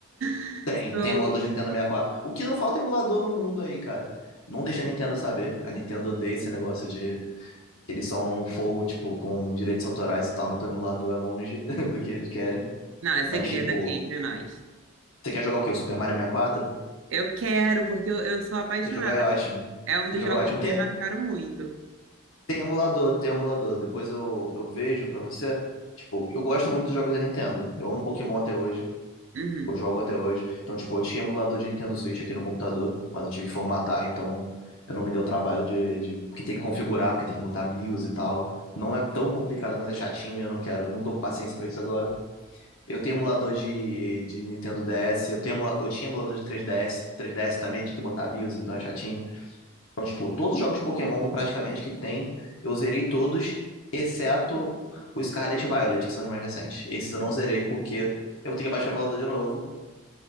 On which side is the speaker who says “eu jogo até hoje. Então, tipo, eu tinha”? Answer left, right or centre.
Left